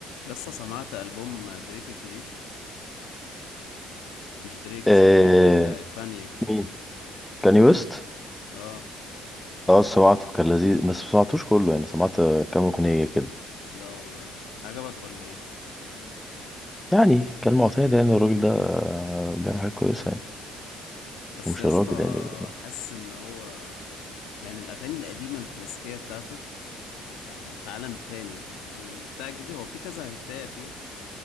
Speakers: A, on the left; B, in the centre.
A: يسطا سمعت ألبوم دريك الجديد مش دريك
B: آه
A: اسمه ايه كا... آه كانيه
B: مين كاني ويست
A: اه
B: اه سمعته كان لذيذ بس ما سمعتوش كله يعني سمعت آه، كام اغنيه كده
A: لا والله عجبك ولا ايه
B: يعني كان معتاد يعني الراجل ده آه، بيعمل حاجات كويسه يعني
A: بس
B: ومش
A: يسطا
B: الراجل يعني
A: حاسس ان هو يعني الأغاني القديمة الكلاسيكية بتاعته يعني في عالم تاني البتاع الجديد هو في كذا هتاية فيه